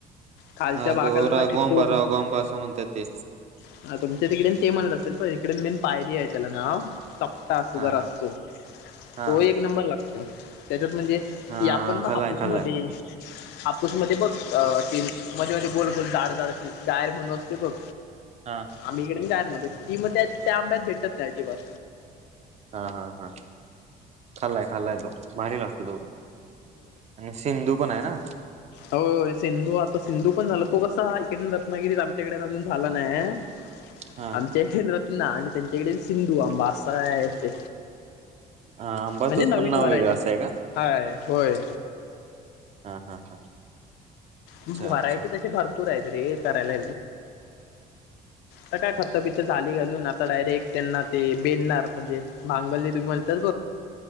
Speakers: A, on the left; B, on the right.
A: खालच्या
B: हा
A: भागाला
B: तो राघवांबा
A: ना श तो
B: राघवांबा असं म्हणतात ते
A: <unintelligible> हा तुमच्या तिकडे ते म्हणत असतील प इकडे मेन पायरी आहे त्याला नाव, चपटा अस
B: हा
A: जरा
B: हा
A: असतो,
B: हा
A: तो एक नंबर लागतो. त्याच्यात म्हणजे,
B: हा
A: की आपण ब
B: खाल्लाय
A: हापूसमध्ये
B: खाल्लाय
A: कुसध्ये बघ, ती म मध्ये मध्ये गोल गोल जाड जाड अशी जायर म्हणून असते बघ.
B: हा
A: आम्ही इकडेन <unintelligible> म्हणतो, ती मग त्या त्या आंब्यात भेटत नाही अजिबात.
B: हा हा हा, खाल्लाय खाल्लाय तो भारी लागतो तो आणि सिंधू पण आहे ना?
A: हो सिंधू आता सिंधू पण झाला तू कसा इकड रत्नागिरीत आमच्याकडे अजून झाला नाय.
B: हा
A: आमच्या इथे रत्ना आणि त्यांच्याकडे सिंधू आंबा असा आहे.
B: हा आंबा
A: म्हणजे
B: तोच
A: नवीन
B: पण नाव
A: वरायटी
B: वेगळं असं आहे का
A: हाय होय.
B: हा, हा, हा. अच्छा
A: व्हरायटी
B: अच्छा
A: तशी भरपूर आहेत रे करायला करायला आता बीथ झाली घालून आता डायरेक्ट त्यांना ते बेनणार म्हणजे भांगली बघ